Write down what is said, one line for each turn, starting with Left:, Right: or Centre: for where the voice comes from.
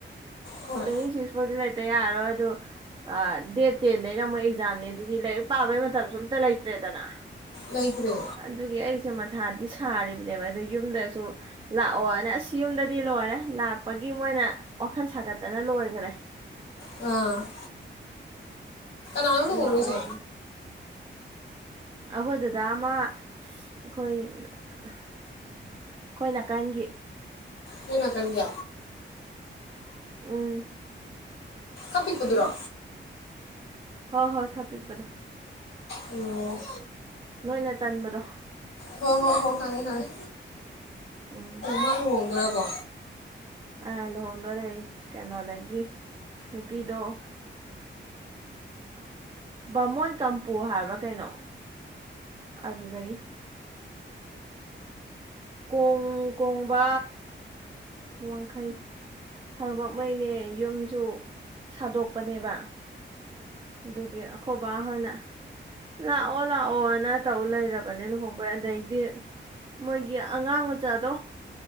Left: ꯍꯣꯏ
Right: ꯇ ꯆ <unintelligible> <inaudible> ꯂꯩꯇ ꯌꯥꯔꯣꯏ ꯑꯗꯨ ꯗꯦꯠ ꯇꯦꯟꯗꯩꯅ ꯃꯣꯏ ꯑꯦꯛꯖꯥꯝꯅꯦ ꯑꯗꯨꯒꯤ ꯂꯥꯏꯔꯤꯛ ꯄꯥꯕꯩ ꯃꯇꯝꯁꯨ ꯑꯝꯇ ꯂꯩꯇ꯭ꯔꯦꯗꯅ
Left: ꯂꯩꯇ꯭ꯔꯦ
Right: ꯑꯗꯨꯒꯤ ꯑꯩꯁꯦ ꯃꯊꯥꯗꯤ ꯁꯥꯔꯤꯕꯅꯦꯕ ꯑꯗꯣ ꯌꯨꯝꯗꯁꯨ ꯂꯥꯛꯑꯣꯅ ꯑꯁ ꯌꯨꯝꯗꯗꯤ ꯂꯣꯏꯔꯦ ꯂꯥꯛꯄꯒꯤ ꯃꯣꯏꯅ ꯋꯥꯈꯜ ꯁꯥꯒꯠ ꯐꯖꯅ ꯂꯣꯏꯈꯔꯦ
Left: ꯎꯝ ꯀꯅꯥꯅꯣ ꯂꯨꯍꯣꯡ
Right: ꯂꯥꯛꯑꯣꯅ
Left: ꯗꯣꯏ ꯁꯦ
Right: ꯑꯩꯈꯣꯏ ꯗꯥꯗꯥ ꯑꯃ ꯑꯩꯈꯣꯏ ꯑꯩꯈꯣꯏ ꯅꯥꯀꯟꯒꯤ
Left: ꯅꯣꯏꯅꯥꯀꯟꯒꯤ
Right: ꯎꯝ
Left: ꯑꯄꯤꯛꯄ ꯀꯗꯨꯔꯣ
Right: ꯍꯣ ꯍꯣꯏ ꯈꯔꯥꯄꯤꯛ ꯄꯗꯣ
Left: ꯎꯝ
Right: ꯅꯣꯏꯅ ꯇꯟꯕꯗꯣ
Left: ꯍ ꯍꯣ ꯍꯣ ꯈꯪꯉꯦ ꯈꯪꯉꯦ
Right: ꯎꯝ
Left: ꯃꯗꯨ ꯂꯨꯍꯣꯡꯗꯣꯏꯔꯕꯣ
Right: ꯑ ꯂꯨꯍꯣꯡꯗꯣꯏꯔꯦ ꯀꯩꯅꯣꯗꯒꯤ ꯅꯨꯄꯤꯗꯣ ꯕꯥꯃꯣꯏ ꯀꯝꯄꯨ ꯍꯥꯏꯕ꯭ꯔꯥ ꯀꯩꯅꯣ ꯑꯗꯨꯗꯒꯤ ꯀꯣꯡ ꯀꯣꯡꯕ ꯋꯥꯡꯈꯩ ꯊꯕꯛꯉꯩꯅꯦ ꯌꯨꯝꯁꯨ ꯁꯥꯗꯣꯛꯄꯅꯦꯕ ꯑꯗꯨꯒꯤ ꯑꯩꯈꯣꯕ ꯍꯣꯏꯅ ꯂꯥꯛꯑꯣ ꯂꯥꯛꯑꯣꯅ ꯇꯧ ꯂꯩꯔꯕꯅꯦ ꯂꯨꯍꯣꯡꯕꯩ ꯑꯗꯩꯗꯤ ꯃꯣꯏ ꯑꯉꯥꯡ ꯃꯆꯥꯗꯣ